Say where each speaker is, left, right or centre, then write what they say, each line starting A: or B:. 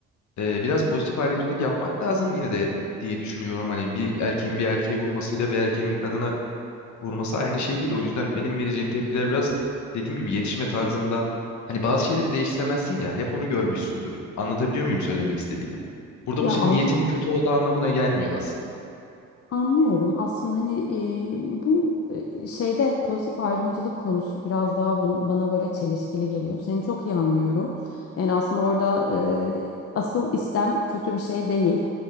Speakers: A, on the left (about 70°); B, on the left (about 50°).
A: e, biraz pozitif ayrımcılık yapmak lazım yine de diye düşünüyorum. Hani bir erkeğin bir erkeğe vurmasıyla bir erkeğin bir kadına vurması aynı şey değil. O yüzden benim vereceğim tepkiler biraz dediğim gibi yetişme tarzımdan. Hani bazı şeyleri değiştiremezsin ya. Hep onu görmüşsündür. Anlatabiliyor muyum söylemek istediğimi? Burada
B: Ya
A: bu senin
B: an-
A: niyetinin kötü olduğu anlamına gelmiyor aslında.
B: Anlıyorum. Aslında hani e, bu e, şeyde pozitif ayrımcılık konusu biraz daha bana, bana böyle çelişkili geliyor. Seni çok iyi anlıyorum. Yani aslında orada e, asıl istem kötü bir şey değil.